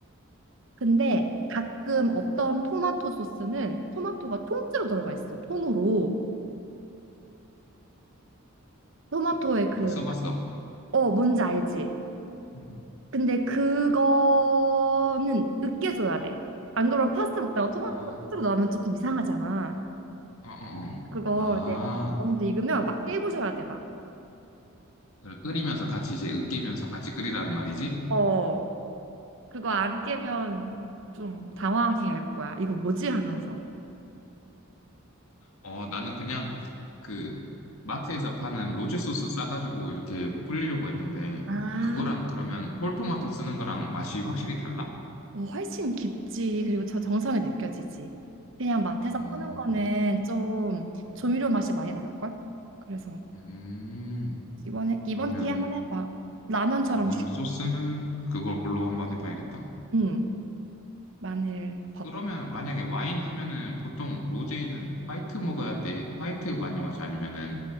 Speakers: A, on the right; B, on the left.
A: 근데 가끔 어떤 토마토 소스는 토마토가 통째로 들어가 있어, 통으로. 토마토의 그,
B: 이거 써봤어.
A: 어, 뭔지 알지?
B: 음.
A: 근데 그거는 으깨줘야 돼. 안 그러면 파스타 먹다가
B: 아,
A: 토마토 통째로 나오면 조금 이상하잖아.
B: 어, 어, 어.
A: 그거
B: 아,
A: 이제 어느 정도 익으면 막 깨부셔야 돼, 막.
B: 그걸 끓이면서 같이 이제 으깨면서 같이 끓이라는 말이지?
A: 어. 그거 안 깨면 좀 당황해 할 거야. 이거 뭐지? 하면서.
B: 어, 나는 그냥 그 마트에서 파는 로제 소스 싸가지고 이렇게 뿌리려고 했는데,
A: 아,
B: 그거랑 그러면 홀토마토 쓰는 거랑 맛이 확실히 달라?
A: 어, 훨씬 깊지. 그리고 저 정성이 느껴지지. 그냥 마트에서
B: 음.
A: 파는 거는 좀
B: 음.
A: 조미료 맛이 많이 날걸? 그래서
B: 음,
A: 이번에
B: 그러면
A: 이번 기회 한번 해봐. 라면처럼
B: 그거는
A: 쉬워.
B: 소스는 그걸로 한번 해봐야겠다.
A: 응. 마늘, 밥.
B: 그러면 만약에 와인 하면은 보통 로제는 화이트 먹어야 돼. 화이트 많이 마셔? 아니면은